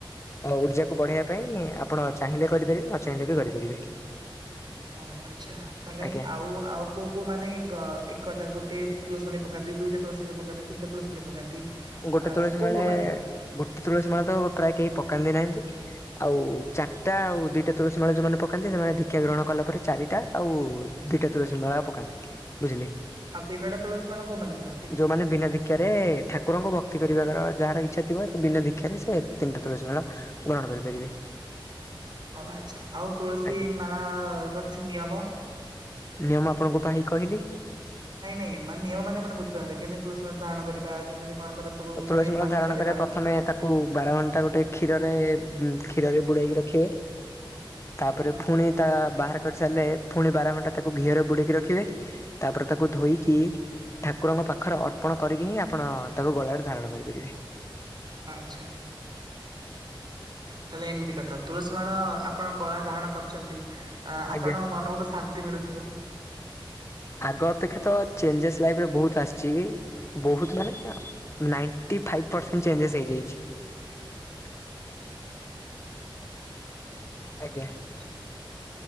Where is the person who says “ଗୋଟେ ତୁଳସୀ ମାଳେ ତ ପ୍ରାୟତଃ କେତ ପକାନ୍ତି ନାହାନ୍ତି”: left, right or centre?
Left